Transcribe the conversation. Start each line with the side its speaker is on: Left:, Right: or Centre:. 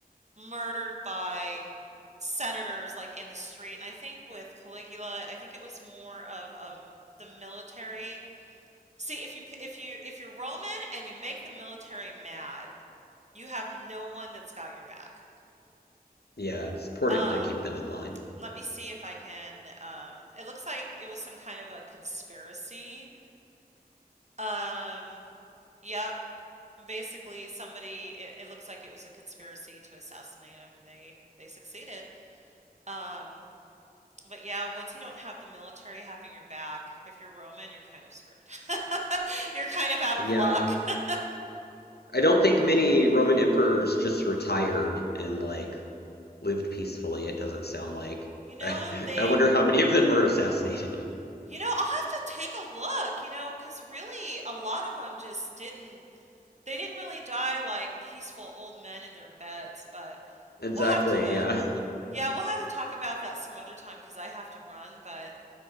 Right: murdered by senators like in the street. And I think with Caligula, I think it was more of um the military. See, if you p- if you if you're Roman and you make the military mad, you have no one that's got your back.
Left: Yeah, it's important
Right: Um,
Left: to keep them in line.
Right: Let me see if I can. Um, it looks like it was some kind of a conspiracy. Um, yep. Basically, somebody. It, it looks like it was a conspiracy to assassinate him, and they they succeeded. Um, but yeah, once you don't have the military having your back, if you're Roman, you're kind of screwed. <laughs> You're kind of out
Left: Yeah,
Right: of luck. <laughs>
Left: I don't think many Roman emperors just retired and like lived peacefully. It doesn't sound like.
Right: You
Left: <laughs>
Right: know,
Left: I,
Right: they
Left: I wonder how many of them were assassinated. <laughs>
Right: You know, I'll have to take a look, you know, 'cause really a lot of them just didn't they didn't really die like peaceful old men in their beds, but
Left: Exactly,
Right: we'll have to
Left: yeah.
Right: yeah, we'll have to talk about that some other time 'cause I have to run, but